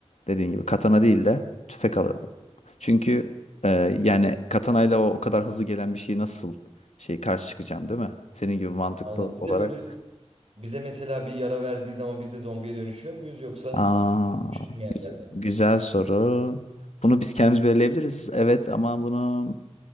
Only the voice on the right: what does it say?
Aynen. Bir
de böyle bize mesela bir yara verdiği zaman biz de zombiye dönüşüyor muyuz yoksa
üşümeyenlerden
mi?